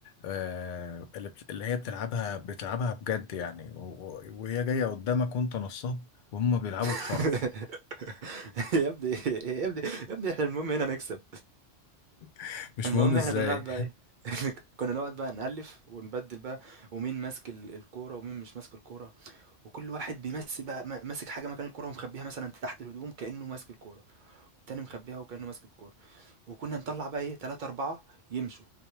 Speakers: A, on the left; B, on the right.
A: آه، اللي بت- اللي هي بتلعبها بتلعبها بجد يعني و- و- وهي جايه قدامك وانت نصاب وهم بيلعبوا
B: <laughs>
A: بشرف
B: يا ابني يا ابني يا ابني احنا المهم هنا نكسب
A: <laughs> مش
B: المهم
A: مهم ازاي
B: احنا كنا نقعد بقى ايه كنا نقعد بقى نألف ونبدل بقى ومين ماسك ال- الكورة ومين مش ماسك الكورة وكل واحد بيمسك بقى ما- ماسك حاجة مكان الكورة ومخبيها مثلا تحت الهدوم كأنه ماسك الكورة والتاني مخبيها وكأنه ماسك الكورة وكنا نطلع بقى ايه تلاتة أربعة يمشوا